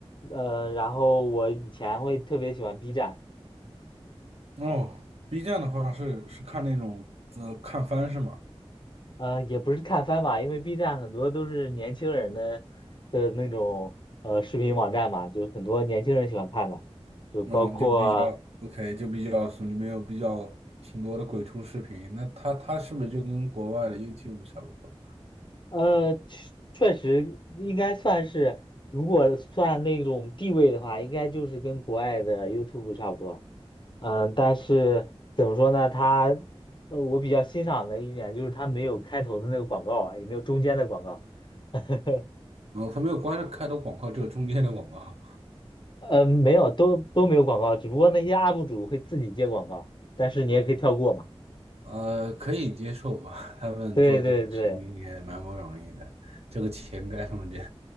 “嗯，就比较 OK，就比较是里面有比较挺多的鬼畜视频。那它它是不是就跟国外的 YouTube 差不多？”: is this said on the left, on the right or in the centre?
Right